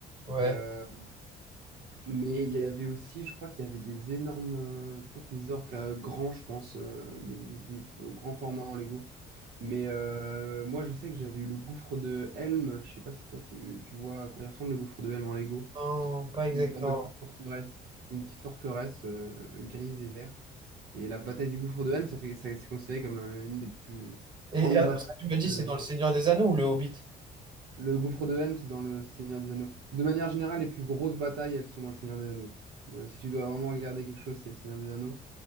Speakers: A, on the right; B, on the right.
A: ouais.
B: Euh, mais il y avait aussi, je crois qu'il y avait des énormes, euh, peut-être des orques euh, grands, je pense, euh, des, des, des au grand format en Lego. Mais euh, moi, je sais que j'avais eu le gouffre de Helm. Je sais pas si toi, tu, tu vois à quoi il ressemble le gouffre de Helm en Lego.
A: Non, pas exactement.
B: C'est une sorte de petite forteresse, C'est une petite forteresse euh, grise et verte. Et la bataille du gouffre de Helm, ça fait, ça, c'est considéré comme euh, une des plus
A: Et,
B: grandes
A: et attends,
B: batailles.
A: ce que tu m'as dit,
B: euh,
A: c'est dans Le Seigneur des Anneaux ou Le Hobbit?
B: le gouffre de Helm, c'est dans le Seigneur des Anneaux. De manière générale, les plus grosses batailles, elles sont dans le Seigneur des Anneaux. Euh, si tu dois vraiment regarder quelque chose, c'est le Seigneur des Anneaux.